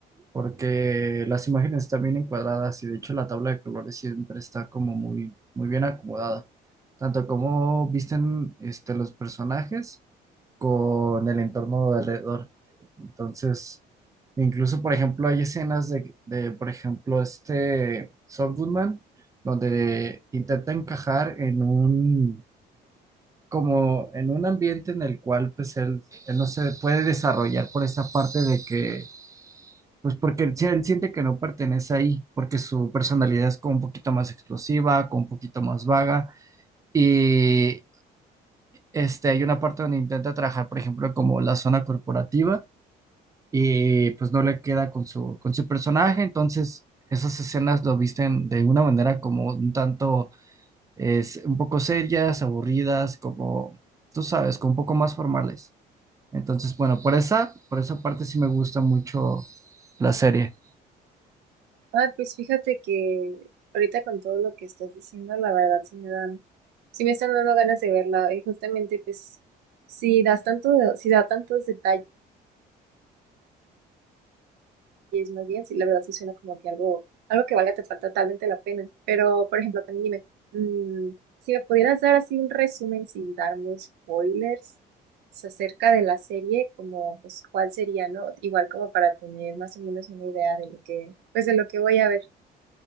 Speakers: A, on the right; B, on the right.
A: porque las imágenes están bien encuadradas y de hecho la tabla de colores siempre está como muy, muy bien acomodada. Tanto como visten este, los personajes con el entorno de alrededor. Entonces, incluso, por ejemplo, hay escenas de, de, por ejemplo, este Saul Goodman, donde intenta encajar en un, como en un ambiente en el cual, pues, él, él no se puede desarrollar por esta parte de que, pues, porque él, si- él siente que no pertenece ahí, porque su personalidad es como un poquito más explosiva, como un poquito más vaga, y... Este, hay una parte donde intenta trabajar, por ejemplo, como la zona corporativa, y pues no le queda con su, con su personaje, entonces esas escenas lo visten de una manera como un tanto, es un poco serias, aburridas, como, tú sabes, como un poco más formales. Entonces, bueno, por esa, por esa parte sí me gusta mucho la serie.
B: Ah, pues fíjate que ahorita con todo lo que estás diciendo, la verdad sí me dan, sí me están dando ganas de verla. Y justamente, pues, si das tanto, de- si da tantos detalles, más bien, sí, la verdad sí suena como que algo, algo que valga te- falta totalmente la pena. Pero, por ejemplo, también dime, mm, si me pudieras dar así un resumen sin darme spoilers pues, acerca de la serie, como, pues, cuál sería, ¿no? Igual como para tener más o menos una idea de lo que, pues, de lo que voy a ver.